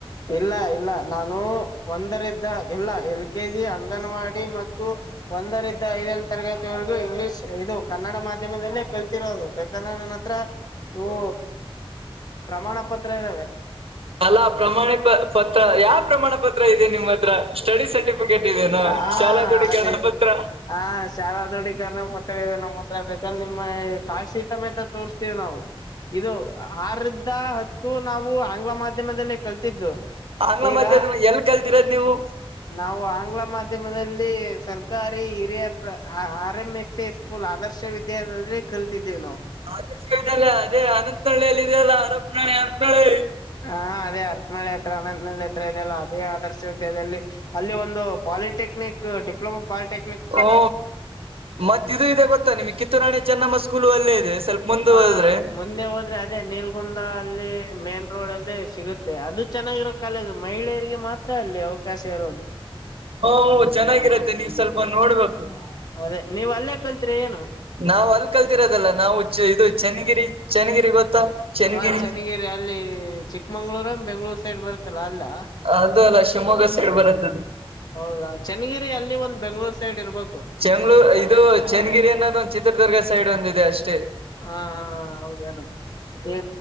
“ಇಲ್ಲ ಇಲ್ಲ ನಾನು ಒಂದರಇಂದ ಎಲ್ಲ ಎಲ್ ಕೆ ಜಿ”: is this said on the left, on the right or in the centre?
Left